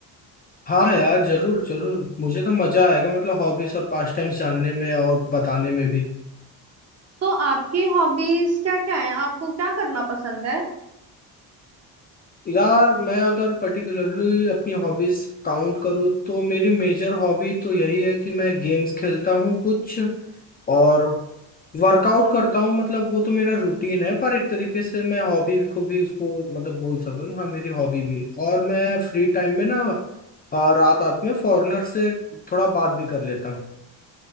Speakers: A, on the left; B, on the right.
A: हाँ यार जरूर जरूर मुझे तो मजा आएगा मतलब हॉबीज और पास्ट टाइम्स जानने में और बताने में भी
B: तो आपकी हॉबीज क्या क्या है आपको क्या करना पसंद है
A: यार मैं अगर पर्टिकुलरली अपनी हॉबीज काउंट करूँ तो मेरी मेजर हॉबी तो यही है कि मैं गेम्स खेलता हूँ कुछ और वर्कआउट करता हूँ मतलब वो तो मेरा रूटीन है पर एक तरीके से मैं हॉबी को भी उसको मतलब बोल सकता हूँ हाँ मेरी हॉबी भी है और मैं फ्री टाइम में ना आ, रात रात में फॉरेनर से थोड़ा बात भी कर लेता हूँ